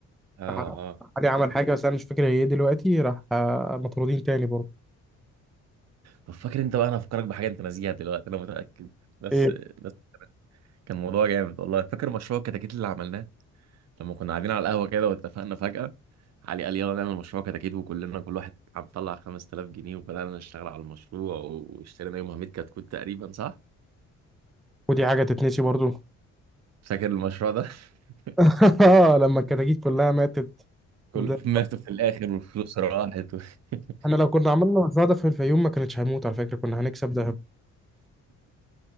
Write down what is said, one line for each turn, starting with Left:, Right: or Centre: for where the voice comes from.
Right: اه
Centre: راح-
Right: اه
Centre: علي عمل حاجة بس أنا مش فاكر هي إيه دلوقتي راح آه، مطرودين تاني برضه
Right: طب فاكر انت بقى انا هفكرك بحاجه انت ناسيها دلوقتي انا متاكد بس
Centre: إيه
Right: بس كان موضوع جامد والله فاكر مشروع الكتاكيت اللي عملناه لما كنا قاعدين على القهوه كده واتفقنا فجاه علي قال يلا نعمل مشروع كتاكيت وكلنا كل واحد عم طلع 5000 جنيه وبدانا نشتغل على المشروع واشترينا يومها 100 كتكوت تقريبا صح
Centre: ودي حاجة تتنسي برضه
Right: فاكر المشروع ده <laughs>
Centre: <laughs> آه، لما الكتاكيت كلها ماتت
Right: كلهم
Centre: وده-
Right: ماتوا في الآخر والفلوس راحت و... <laughs>
Centre: احنا لو كنا عملنا المشروع ده في الفيوم ما كانتش هيموت على فكرة كنا هنكسب دهب